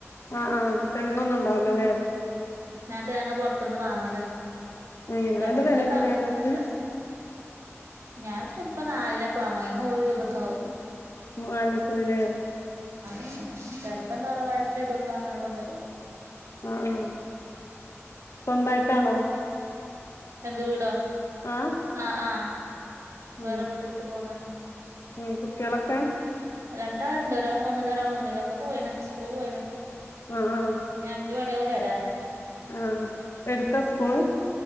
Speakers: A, on the left; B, on the right.
A: ആ ആഹ് തെങ്ങൊന്നും ഇണ്ടാവലോല്ലേ
B: ഞാ തേങ്ങ പുറത്തൊന്ന് വാങ്ങല
A: ഉം
B: ചെലപ്പം
A: നല്ല വിലല്ല
B: ത
A: തേങ്ങക്ക്?
B: ച ഞാൻ ചിലപ്പോ നാലിനൊക്കെ വാങ്ങുവ അ നൂറ് രൂപൊക്കെ ആകും
A: മാന്നാലത്തിന് ല്ലേ
B: െ ചെിലപ്പം തറവാട്ടിലിടുമ്പോ അങ്ങനെ കൊണ്ടരും
A: ആ ആ സ്വന്തായിട്ടാണോ
B: എന്ത് വീടോ
A: ആ
B: ആഹ് ആ
A: ഉം
B: വേറെ വീടെടുത്ത് പോന്നനെ
A: ഉം കുട്ടികളൊക്കെ
B: ഉം രണ്ടാള ഇണ്ട് ഒരാൾ മൂന്നില ഒരാൾ ഒന്നിലോ ഒക്കെ പോയിണ് സ്കൂള് പോയിണ്
A: ആ ആ
B: ഞ ഞ്ച് മണി വ
A: ആഹ് എടുത്താ സ്കൂള്?